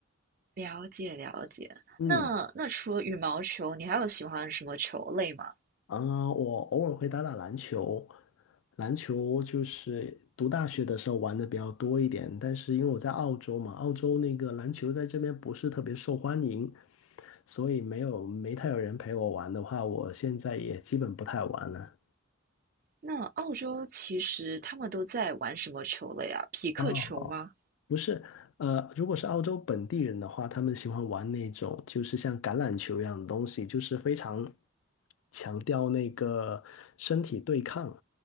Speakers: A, on the right; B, on the left.
A: 了解了解。
B: 嗯
A: 那那除了羽毛球，你还有喜欢什么球类吗？
B: 啊，我偶尔会打打篮球，篮球就是读大学的时候玩的比较多一点，但是因为我在澳洲嘛，澳洲那个篮球在这边不是特别受欢迎，所以没有没太有人陪我玩的话，我现在也基本不太玩了。
A: 那澳洲其实他们都在玩什么球类啊？匹克球吗？
B: 哦，不是，呃，如果是澳洲本地人的话，他们喜欢玩那种就是像橄榄球一样的东西，就是非常强调那个身体对抗，